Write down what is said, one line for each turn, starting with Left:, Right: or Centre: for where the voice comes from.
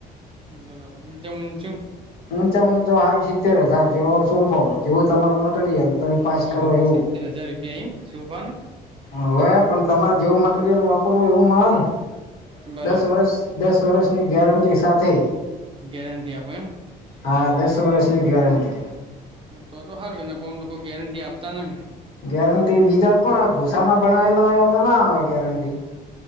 Right: હમ્મ બરાબર હું <unintelligible>
Left: મુચો મુંચો હઈટ શીતે વધાર જો છો. <unintelligible> જેવું તમારું મટીરીયલ તમે પાંચ
Right: ઓહો
Left: કરો એવું.
Right: સિત્તેર હજાર રૂપિયા એમ સોફા ના
Left: હવે પણ તમારે જેવું મટીરિયલ વાપરવું એવું મા ન
Right: બરાબર
Left: દસ વર્ષ દસ વર્ષની ગેરંટી સાથે
Right: ગેરેંટી આપો એમ.
Left: હા દસ વર્ષની ગેરેન્ટી.
Right: તો તો હારુ એના ગોમો લોકો ગેરેન્ટી આપતા નથી.
Left: ગેરંટી બીજા તો કોણ આવે ભૂસા ના બનાવેલા હોય એમાં ના આવે ગેરંટી.